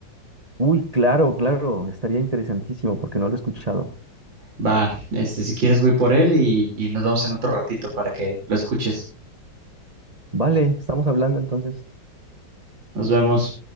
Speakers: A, on the right; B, on the right.
A: Uy, claro, claro, estaría interesantísimo porque no lo he escuchado.
B: Va, este, si quieres voy por él y, y nos vemos en otro ratito para que lo escuches.
A: Vale, estamos hablando entonces.
B: Nos vemos.